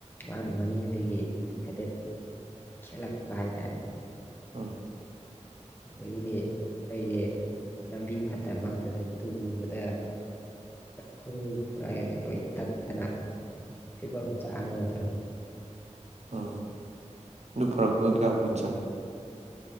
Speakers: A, on the left; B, on the right.
A: ꯃꯥꯅ ꯃꯅꯤꯡꯗꯒꯤ ꯍꯥꯏꯐꯦꯠ ꯈꯦꯠꯂꯛꯄ ꯍꯥꯏ ꯇꯥꯔꯦ
B: ꯑꯥ꯫
A: ꯑꯗꯒꯤꯗꯤ ꯑꯩ ꯂꯝꯕꯤ ꯐꯠꯇ ꯃꯛꯇꯨꯗ ꯇꯨꯕꯗ ꯈꯨꯔꯨ- ꯈꯨꯔꯥꯏꯖꯤ ꯂꯣꯏ ꯇꯠꯇꯅ ꯐꯤꯕꯝ ꯆꯥꯔꯨꯗ꯭ꯔꯕꯅꯤ꯫
B: ꯎꯝ ꯑꯗꯨ ꯐꯔꯛꯄꯒ ꯀꯌꯥꯝ ꯀꯨꯏꯅ ꯆꯪꯉꯦ?